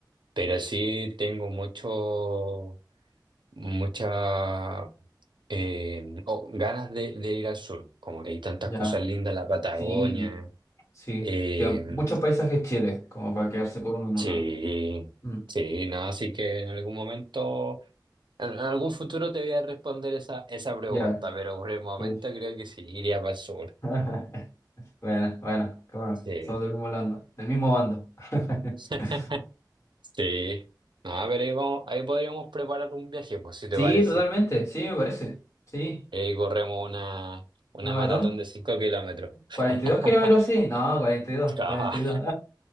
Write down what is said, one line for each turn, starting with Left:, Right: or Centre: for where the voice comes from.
Right: Pero sí tengo mucho, mucha eh, oh, ganas de, de ir al sur. Como que hay tantas
Left: ya.
Right: cosas lindas, la Patagonia.
Left: Sí. Sí,
Right: eh,
Left: tiene muchos paisajes Chile, como para quedarse con uno nomás.
Right: sí,
Left: Mm,
Right: sí, no, así que en algún momento. En en algún futuro te voy a responder esa, esa pregunta,
Left: ya.
Right: pero por el momento
Left: Sí.
Right: creo que sí, iría para el sur.
Left: <laughs> Bueno, bueno, qué bueno.
Right: Sí.
Left: Somos del mismo bando, del mismo bando. <laughs>
Right: <laughs> Sí. No, pero ahí, vamos- ahí podríamos preparar un viaje, pues, si te
Left: Sí,
Right: parece.
Left: totalmente, sí, me parece. Sí,
Right: Ahí corremos una, una
Left: una maratón.
Right: maratón de 5 kilómetros. <laughs>
Left: cuarenta y dos kilómetros, sí. No, 42,
Right: Ah,
Left: 42.